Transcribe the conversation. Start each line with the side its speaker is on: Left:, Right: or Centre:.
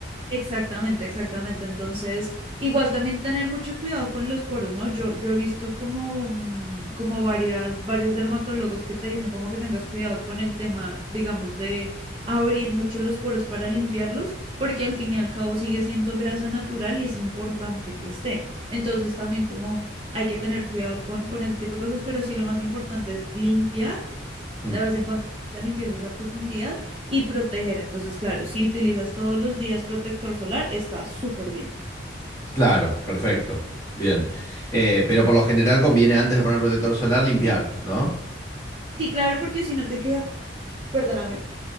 Right: Exactamente, exactamente. Entonces, igual también tener mucho cuidado con los poros, ¿no? Yo, yo he visto como, mm, como varias, varios dermatólogos que te dicen como que tengas cuidado con el tema, digamos, de abrir mucho los poros para limpiarlos, porque al fin y al cabo sigue siendo grasa natural y es importante que esté. Entonces, también como hay que tener cuidado con, con ese tipo de cosas, pero sí lo más importante es limpiar
Left: Mm.
Right: de vez en cuando esa limpieza, esa profundidad y proteger. Entonces, claro, si utilizas todos los días protector solar, está súper bien.
Left: Claro, perfecto. Bien. Eh, pero por lo general conviene antes de poner protector solar limpiar, ¿no?
Right: Sí, claro, porque si no te queda, perdóname,